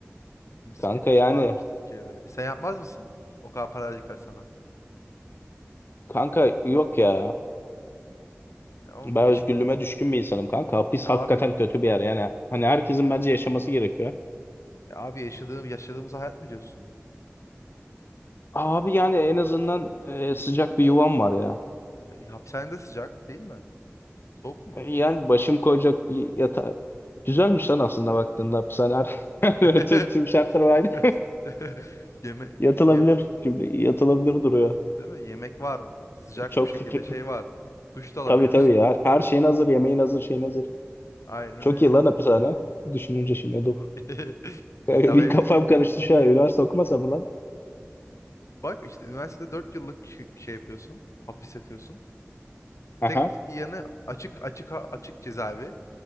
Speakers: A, on the left; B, on the left.
A: Mis
B: Kanka
A: gibi iş
B: yani
A: varmış Türkiye'de. E sen yapmaz mısın? O kadar para verecekler sana.
B: Kanka yok ya.
A: E oğlum
B: Ben
A: yaşa
B: özgürlüğüme düşkün bir insanım kanka. Hapis
A: E
B: hakikaten
A: abi.
B: kötü bir yer. Yani hani herkesin bence yaşaması gerekiyor.
A: E abi yaşadığım yaşadığımız hayat mı diyorsun?
B: Abi yani en azından e, sıcak bir yuvam var ya.
A: E, hapishanede sıcak değil mi? Soğuk mu?
B: E, Yani başım koyacak bir yatağı. Güzelmiş lan aslında baktığında hapishane. Her-
A: <laughs>
B: <laughs> Tüm, tüm şartlar aynı.
A: <laughs> Yeme
B: Yatılabilir.
A: yem
B: Şimdi yatılabilir duruyor.
A: değil mi? Yemek var. Sıcak
B: Çok
A: bir şekilde
B: fikri.
A: şey var. Duş da alabiliyorsun.
B: Tabii tabii ya. Her, her şeyin hazır. Yemeğin hazır. Şeyin hazır.
A: Aynen
B: Çok
A: öyle.
B: iyi lan hapishane. Düşününce şimdi dur.
A: <laughs>
B: <laughs> Bir
A: Bedavaya
B: kafam
A: bile.
B: karıştı şu an. Üniversite okumasam mı lan?
A: Bak işte üniversitede 4 yıllık şey şey yapıyorsun. Hapis yatıyorsun.
B: Aha.
A: Tek yanı açık açık açık cezaevi.